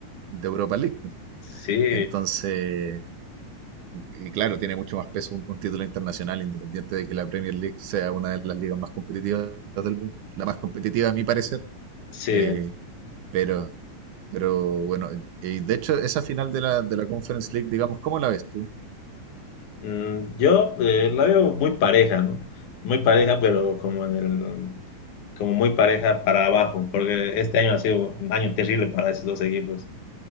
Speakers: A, on the right; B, on the left.
A: de Europa League. pues.
B: Sí,
A: Entonces, y claro, tiene mucho más peso un, un, título internacional, independiente de que la Premier League sea una de las ligas más competitivas del mundo, la más competitiva a mi parecer,
B: Sí,
A: Eh, pero, pero bueno, y de hecho esa final de la, de la Conference League, digamos, ¿cómo la ves tú?
B: mm, yo eh, la veo muy pareja, ¿no? Muy pareja, pero como en el, como muy pareja para abajo, porque este año ha sido un año terrible para esos dos equipos.